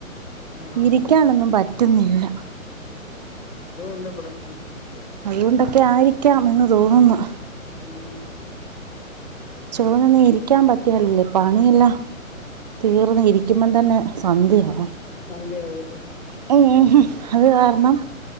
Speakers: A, on the left; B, on the right.
A: ആഹ്
B: ഇരിക്കാനൊന്നും പറ്റുന്നില്ല.
A: ഈ എന്ത് പ്രശ്‌നം
B: അതുകൊണ്ടൊക്കെ ആയിരിക്കാം എന്ന് തോന്നുന്നു.
A: ഉം.
B: ചോനൊന്നും ഇരിക്കാൻ പറ്റിയാലല്ലേ? പണിയല്ല. തീർന്ന് ഇരിക്കുമ്പ തന്നെ സന്ധ്യാവും.
A: സന്ധ്യ ആവൂലെ.
B: ഹു ഹു അത് കാരണം...